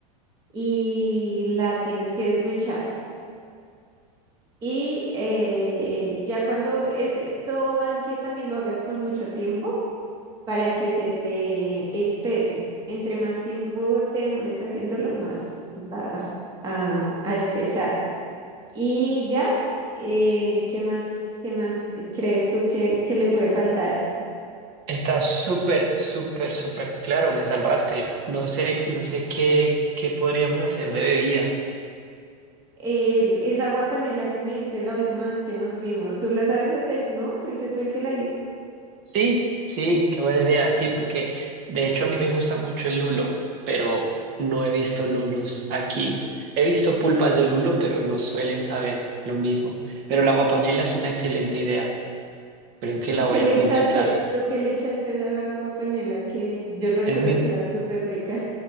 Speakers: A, on the right; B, on the right.
A: y la tienes que desmechar. Y eh, ya cuando este, todo va en que también lo hagas con mucho tiempo para que se te espese. Entre más tiempo te demores haciéndolo, más va a, a espesar. Y ya, eh, ¿qué más, qué más de- crees tú que, que le puede faltar?
B: Está súper, súper, súper claro. Me salvaste. No sé, no sé qué, qué podríamos hacer de bebida.
A: El, esa agua panela que me hice la última vez que nos vimos, ¿tú la sabes hacer, no? ¿Fuiste tú el que la hizo?
B: Sí, sí, qué buena idea. Sí, porque de hecho a mí me gusta mucho el lulo, pero no he visto lulos aquí. He visto pulpas de lulo, pero no suelen saber lo mismo. Pero la guapanela es una excelente idea. Creo que la
A: ¿Tú
B: voy
A: qué le
B: a contemplar.
A: echaste, tú qué le echaste a esa agua panela que yo recuerdo
B: Es mi,
A: que era súper rica?